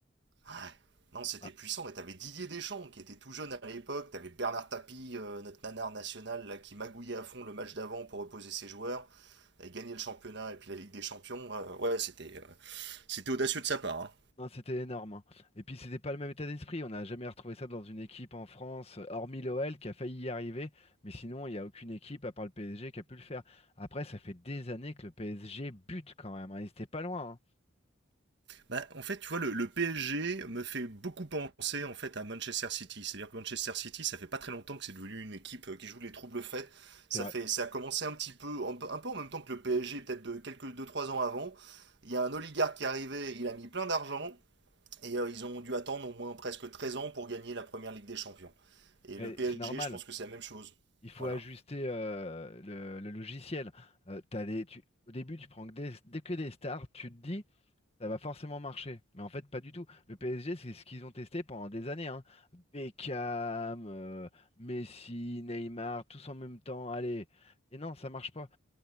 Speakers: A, on the right; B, on the left.
A: Ah, Non, c'était
B: Ah,
A: puissant. Et t'avais Didier Deschamps qui était tout jeune à l'époque. T'avais Bernard Tapie, euh, notre nanar national, là, qui magouillait à fond le match d'avant pour reposer ses joueurs. et gagner le championnat et puis la Ligue des Champions. Euh, ouais, c'était euh, c'était audacieux de sa part. hein.
B: non, c'était énorme. hein. Et puis, c'était pas le même état d'esprit. On n'a jamais retrouvé ça dans une équipe en France, euh, hormis l'OL qui a failli y arriver. Mais sinon, il n'y a aucune équipe, à part le PSG, qui a pu le faire. Après, ça fait des années que le PSG bute quand même. hein. Ils étaient pas loin. hein.
A: Bah, en fait, tu vois, le, le PSG me fait beaucoup penser en fait à Manchester City. C'est-à-dire que Manchester City, ça fait pas très longtemps que c'est devenu une équipe euh, qui joue les troubles faits. Ça
B: C'est vrai.
A: fait, ça a commencé un petit peu, un, peu- un peu en même temps que le PSG, peut-être de quelques deux trois ans avant. Il y a un oligarque qui est arrivé, il a mis plein d'argent, Et euh, ils ont dû attendre au moins presque 13 ans pour gagner la première Ligue des Champions. Et
B: Mais
A: le PSG,
B: c'est normal.
A: je pense que c'est la même chose.
B: Il faut
A: Voilà.
B: ajuster euh, le, le logiciel. Euh, t'as des- tu- au début, tu prends que des, dès que des stars. Tu te dis. Ça va forcément marcher. Mais en fait, pas du tout. Le PSG, c'est ce qu'ils ont testé pendant des années, hein. Beckham, euh, Messi, Neymar, tous en même temps. Allez. Et non, ça marche pas.